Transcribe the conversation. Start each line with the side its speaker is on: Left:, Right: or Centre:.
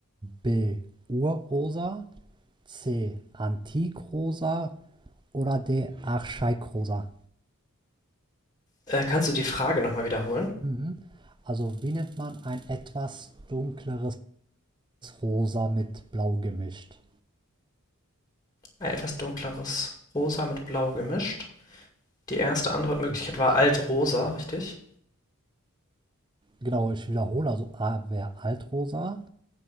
Right: B. Urrosa, C. Antikrosa oder D. Archaikrosa?
Left: Äh, kannst du die Frage noch mal wiederholen?
Right: Mhm. Also wie nennt man ein etwas dunkleres Rosa mit Blau gemischt?
Left: Ein etwas dunkleres Rosa mit Blau gemischt. Die erste Antwortmöglichkeit
Right: Richtig.
Left: war Altrosa, richtig?
Right: Genau, ich wiederhole. Also A wäre Altrosa,